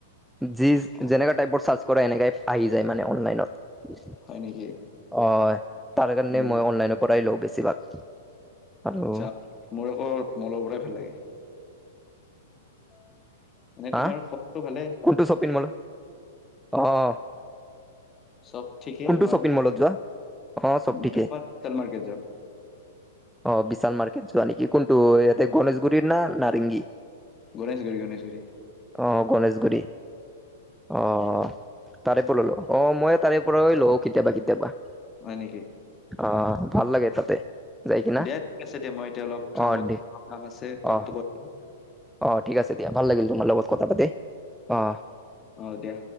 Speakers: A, in the centre; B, on the left.
A: যি
B: অ
A: যেনেকা চৰ্চ কৰা এনেকাই আহি যায় মানে অনলাইনত। অ
B: হয় নেকি
A: তাৰে কাৰণে
B: উম
A: মই অনলাইনৰ পৰাই লও বেছিভাগ। হেল্ল'
B: আচ্ছা মোৰ আকৌ মলৰ পৰাই ভাল লাগে। মানে
A: হা
B: তোমাৰ শবটো ভালে ঠিকে
A: কোনটো শ্বপিং মলত
B: আছে
A: অ
B: চব ঠিকেই
A: কোনটো
B: তোমাৰ
A: শ্বপিং মলত যোৱা অ', চব
B: মানে
A: ঠিকে
B: তোমাৰ বিশাল মাৰ্কেট যাও
A: অ বিশাল মাৰ্কেট যোৱা নেকি কোনটো ইয়াতে গনেশগুৰি না নাৰেংগী?
B: গণেশগুৰি গণেশগুৰি
A: অ গণেশগুৰি অ তাৰে পৰা ললো অ মই তাৰে পৰাই লও কেতিয়াবা কেতিয়াবা।
B: হয় নেকি?
A: অহ ভাল লাগে তাতে যাই কিনা
B: দে ঠিক আছে দে মই এতিয়া অলপ কামত
A: অ দে
B: কাম আছে কামটো
A: অ
B: কৰি লও।
A: অ ঠিক আছে দিয়া ভাল লাগিল তোমাৰ লগত কথা পাতি অ
B: হয় দিয়া